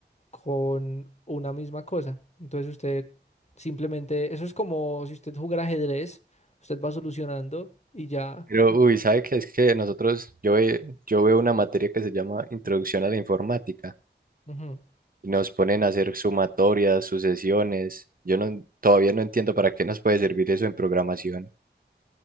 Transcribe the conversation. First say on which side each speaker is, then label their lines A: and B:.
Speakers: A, on the left; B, on the right.
A: con una misma cosa. Entonces usted simplemente, eso es como si usted jugara ajedrez, usted va solucionando y ya.
B: Pero, uy, ¿sabe qué? Es que nosotros, yo, ve- yo veo una materia que se llama Introducción a la Informática.
A: Ujú.
B: y nos ponen a hacer sumatorias, sucesiones. Yo no, todavía no entiendo para qué nos puede servir eso en programación.